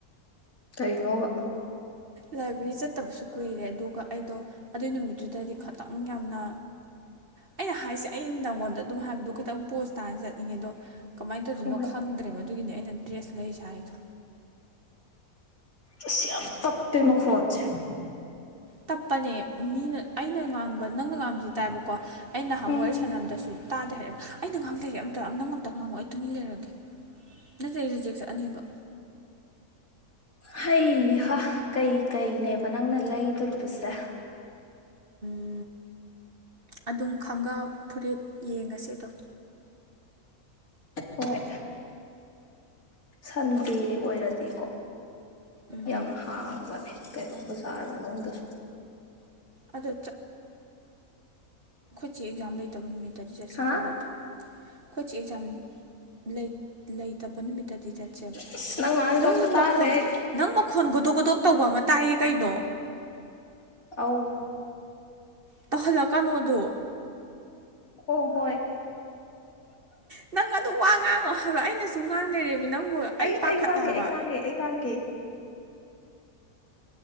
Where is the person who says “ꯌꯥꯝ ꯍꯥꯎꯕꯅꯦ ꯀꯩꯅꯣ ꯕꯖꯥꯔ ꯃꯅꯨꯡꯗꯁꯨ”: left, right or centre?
Left